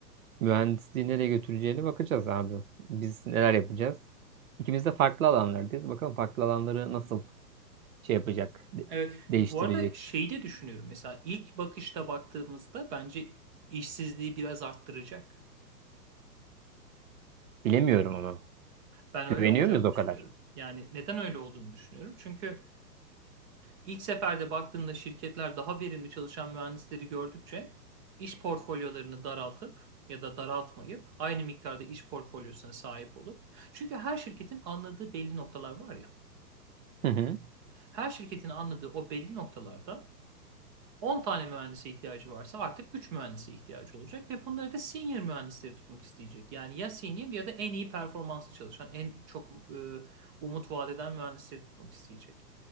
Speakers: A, on the right (about 55°); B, on the right (about 30°).
A: mühendisliği nereye götüreceğine bakacağız abi. Biz neler yapacağız? İkimiz de farklı alanlardayız. Bakalım farklı alanları nasıl şey yapacak, de-
B: Evet,
A: değiştirecek.
B: bu arada şeyi de düşünüyorum. Mesela ilk bakışta baktığımızda bence işsizliği biraz arttıracak.
A: Bilemiyorum onu.
B: Ben
A: Güveniyor
B: öyle olacağını
A: muyuz o
B: düşünüyorum.
A: kadar?
B: Yani neden öyle olduğunu düşünüyorum. Çünkü İlk seferde baktığında şirketler daha verimli çalışan mühendisleri gördükçe iş portfolyolarını daraltıp ya da daraltmayıp aynı miktarda iş portfolyosuna sahip olup çünkü her şirketin anladığı belli noktalar var ya.
A: Hı hı.
B: Her şirketin anladığı o belli noktalarda 10 tane mühendise ihtiyacı varsa artık 3 mühendise ihtiyacı olacak ve bunları da senior mühendisleri tutmak isteyecek. Yani ya senior ya da en iyi performanslı çalışan, en çok e, umut vaat eden mühendisleri tutmak isteyecek.